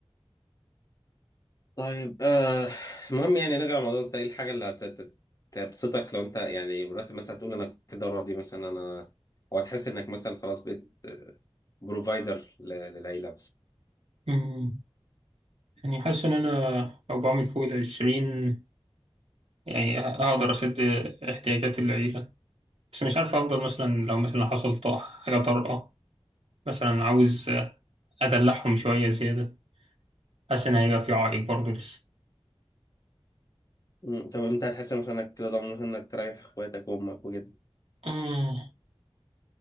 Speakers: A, on the left; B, on the right.
A: طيب آه المهم يعني نرجع لموضوع انت ايه الحاجه اللي هت- هت- تبسطك لو انت يعني مرتب مثلا تقول انا كده راضي مثلا انا او تحس انك مثلا خلاص بقيت بروفايدر للعيله
B: أمم، يعني حاسس إن أنا لو بعمل فوق العشرين يعني أقدر أسد احتياجات العيلة بس مش عارف أفضل مثلا لو مثلا حصل طا- حاجة طارئة مثلا عاوز أدلعهم شوية زيادة حاسس إن هيبقى في عائق برضه لسه
A: مم. طب انت هتحس مثلا انك كده ضامن مثلا انك تريح اخواتك وامك وكده
B: مم.